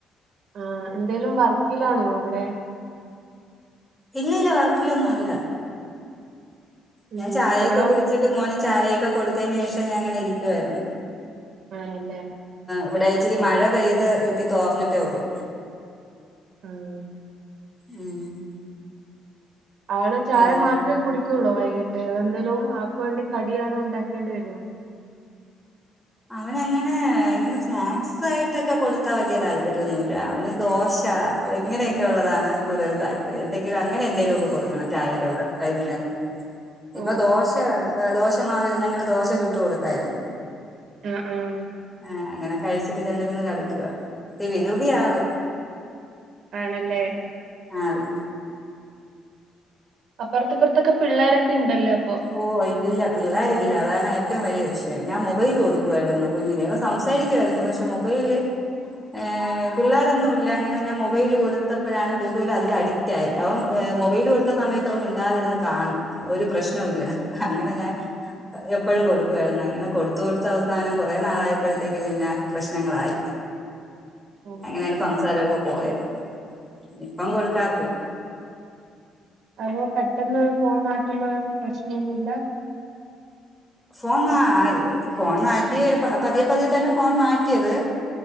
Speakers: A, on the right; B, in the centre.
A: ആഹ് എന്തേലും വർക്കിലാണോ അവിടെ
B: ഇല്ല ഇല്ല വർക്കിലൊന്നുംല്ല
A: ഉം
B: ഞാൻ ചായയൊക്കെ
A: എവിടോ
B: കുടിച്ചിട്ട്, മോനും ചായയൊക്കെ കൊടുത്തതിന് ശേഷം ഞാങ്ങനെ ഇരിക്കുവായിരുന്നു
A: ആണല്ലേ
B: ഇവിടെ ഇച്ചിരി മഴ പെയ്ത് ഇത്തി തോർന്നിട്ടേ ഉള്ളു
A: ആണോ
B: ഉം
A: ആള് ചായ
B: പിന്നെ
A: മാത്രെ കുടിക്കോള്ളോ വൈകിട്ട് അത എന്തേലും ആക്ക് വേണ്ടി കടിയാണ് ഉണ്ടാക്കേണ്ടി വരുവോ
B: അവനങ്ങനെ ഇങ്ങനെ സ്നാക്സ് ആയിട്ടൊക്കെ കൊടുത്താ വലിയ താല്പര്യോന്നുല്ല അവന് ദോശ ഇങ്ങനെയൊക്കെള്ളതാണ് കൂടുതലും താല്പര്യം എന്തെങ്കിലും അങ്ങനെ എന്തേലുവൊക്കെ കൊടുക്കണം ചായേര കൂട വൈകുന്നേരം
A: ഓ
B: ഇപ്പ ദോശ ദോശമാവിരുന്നങ്ങനെ ദോശ ചുട്ടു കൊടുത്തായിരുന്നു
A: മം മം
B: ആഹ് അങ്ങനെ കഴിച്ചിട്ട് ചെന്നിര്ന്ന് കളിക്കുക. ഇത്തി വികൃതിയാ ആള്
A: ആണല്ലേ
B: ആഹ് അതെ
A: അപ്പറത്തുപ്പറത്തൊക്കെ പിള്ളോരൊക്കെ ഇണ്ടല്ലേ അപ്പൊ
B: ഓ ഇല്ല പിള്ളേരില്ല അതാണ് ഏറ്റവും വലിയ വിഷയം. ഞാൻ മൊബൈൽ കൊടുക്കുവായിരുന്നു കുഞ്ഞിലേ ഇവൻ സംസാരിക്കുമായിരുന്നു പക്ഷെ മൊബൈല് ഏഹ് പിള്ളോരൊന്നും ഇല്ല അങ്ങനെ ഞാൻ മൊബൈൽ കൊടുത്തപ്പഴാണ് കൂടുതലും അതിൽ അഡിക്റ്റായി അവൻ മൊബൈൽ കൊടു കൊടുത്ത സമയത്തവൻ മിണ്ടാതെ ഇരുന്ന് കാണും ഒരു പ്രശ്നവും ഇല്ല അങ്ങനെ ഞാൻ എപ്പോഴും കൊടുക്കുവായിരുന്നു. അങ്ങനെ കൊടുത്ത് കൊടുത്ത് അവസാനം കുറെ നാളായപ്പഴത്തേക്ക് പിന്നെ പ്രശ്നങ്ങളായി
A: ഓഹ്
B: അങ്ങനെയാണ് സംസാരം ഒക്കെ പോയത് ഇപ്പം കൊടുക്കാറില്ല
A: അപ്പൊ പെട്ടെന്ന് ഫോൺ മാറ്റുമ്പം പ്രശ്നൊന്നുല്ല
B: ഫോൺ മാ ഫോൺ മാറ്റി പതിയെ പതിയെ തന്നെ ഫോൺ മാറ്റിയത്